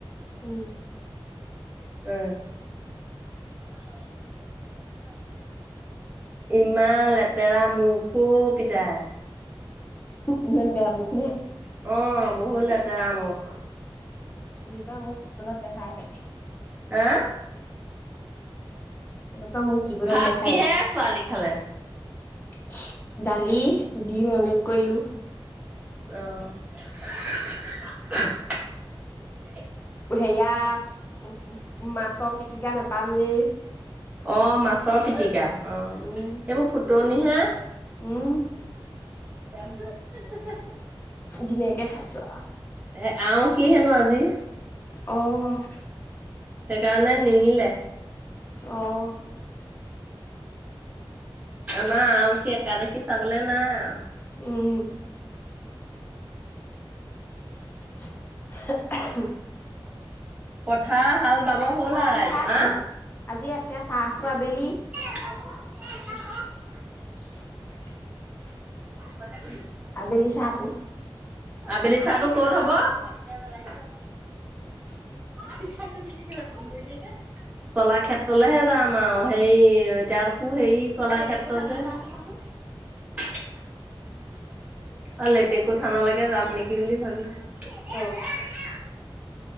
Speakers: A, on the left; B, on the right.
A: উম
B: উম হ'বাল ন হ'বালাগ <unintelligible> ইমান লেতেৰা মুখ অ পিতাই
A: ইমান বেয়া মুখ নে
B: অ', বহুত লেতেৰা মুখ
A: এনেকোৱা মুখ জীৱনত দেখাই নাই
B: হা?
A: এনেকোৱা মুখ জীৱনত
B: ভাত
A: দেখাই
B: কিহে
A: নাই
B: ছোৱালী খালে?
A: ডালি ডিম অমলেট কৰিলো
B: অ <unintelligible> <unintelligible>
A: হেয়া উ মাছৰ পিটিকা ন আলোৱে
B: অঁ মাছৰ পিটিক পিতিকা অ
A: উম
B: এইবোৰ ফুটনি হে
A: উম
B: <unintelligible>
A: ধুনীয়াকে খাইছো আৰু
B: এ আও সি হেনো আজি
A: অ'
B: সেইকাৰণে নিনিলে
A: অহ
B: আমাৰ আৰু সেই একাডখি চাবলে নাই আও
A: উম <unintelligible> হে এ হে এহে
B: ত পথাৰ হাল বাব হ'ল আৰু
A: আজি
B: ৰাইজ
A: কাৰ ঘৰত
B: আ
A: হ'ব? আজি এতিয়া চাহটো আবেলি
B: । <unintelligible>
A: <unintelligible>
B: পত ক
A: আবেলি চাহটো
B: আবেলি চাহটো কত হব । দেব লাগি য
A: উ ।
B: পিছা কৰি এহে কলা ক্ষেত্ৰলেহে যাওঁ ম সেই তাৰকো সেই কলা ক্ষেত্ৰ যে । উ অ লেতেকো থানা লাগে ে যাম নেকি বুলি ভাবিছো নেদেযে
A: অ
B: হযা